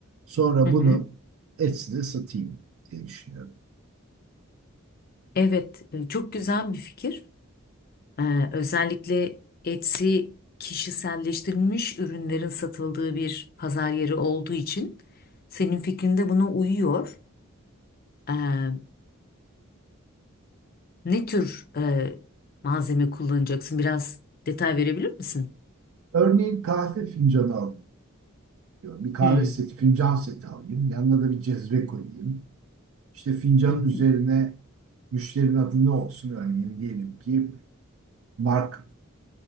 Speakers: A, on the right; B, on the left.
A: Sonra
B: Hı hı.
A: bunu Etsy'de satayım diye düşünüyorum.
B: Evet, e, çok güzel bir fikir. E, özellikle Etsy kişiselleştirilmiş ürünlerin satıldığı bir pazar yeri olduğu için senin fikrinde buna uyuyor. Eee, ne tür eee, malzeme kullanacaksın? Biraz detay verebilir misin?
A: Örneğin kahve fincanı alayım diyorum. Bir kahve
B: Hmm.
A: seti, fincan seti alayım. Yanına da bir cezve koyayım. İşte fincanın
B: Hı hı.
A: üzerine müşterinin adı ne olsun? Örneğin diyelim ki Mark